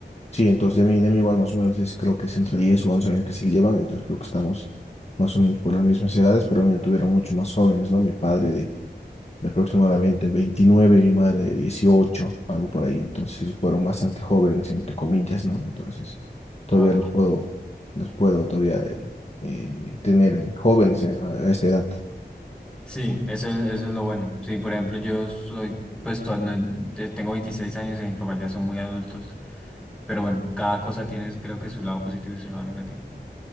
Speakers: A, on the left; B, in the centre.
A: Sí, entonces de mí, de mí igual más o menos es, creo que es entre 10 o 11 años que sí llevan, entonces creo que estamos más o menos por las mismas edades, pero bueno, tuvieron mucho más jóvenes, ¿no? Mi padre de, de aproximadamente veintinueve y mi madre de 18, algo por ahí, entonces ellos fueron bastante jóvenes, entre comillas, ¿no? Entonces todavía
B: Wow.
A: los puedo, los puedo todavía eh, eh, tener eh, jóvenes eh, a a esta edad.
B: Sí, eso, es- eso es lo bueno. Sí, por ejemplo, yo soy, pues to- no- te- tengo 26 años y mis papás ya son muy adultos. Pero bueno, cada cosa tiene creo que su lado positivo y su lado negativo.